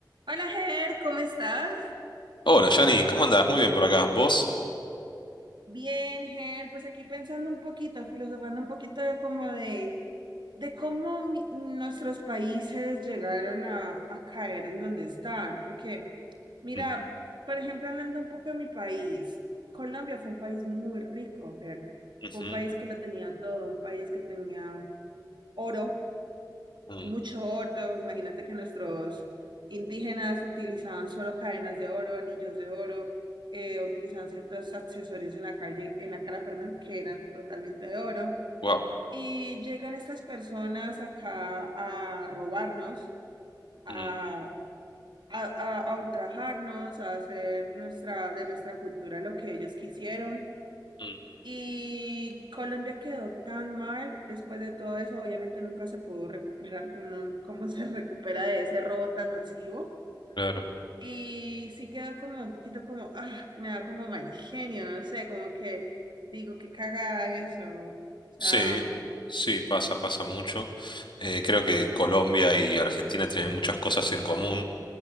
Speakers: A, on the right; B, on the left.
A: Hola, Ger, ¿cómo estás?
B: Hola, Yanni, ¿cómo andás? Muy bien por acá. ¿Vos?
A: Bien, Ger, pues aquí pensando un poquito, filosofando un poquito de como de, de cómo mi- nuestros países llegaron a, a caer en donde están. Porque, mira,
B: Mm,
A: por ejemplo, hablando un poco de mi país, Colombia fue un país muy rico, Ger.
B: ujú,
A: Fue un país que lo tenía todo, un país que tenía oro,
B: mm,
A: mucho oro. Imagínate que nuestros indígenas utilizaban solo cadenas de oro, anillos de oro, eh, utilizaban ciertos accesorios en la calle, en la cara, perdón, que eran totalmente de oro.
B: Guau.
A: Y llegan estas personas acá a robarnos, a,
B: mm,
A: a, a, a ultrajarnos, a hacer nuestra, de nuestra cultura lo que ellos quisieron.
B: mm,
A: Y Colombia quedó tan mal después de todo eso, obviamente nunca se pudo recuperar, <laughs> no- cómo se recupera de ese robo tan masivo.
B: Claro.
A: Y sí quedó como un poquito como, ah, me da como mal genio, no sé, como que digo que caga eso. O sea,
B: Sí, sí, pasa, pasa mucho. Eh, creo que Colombia y Argentina tienen muchas cosas en común.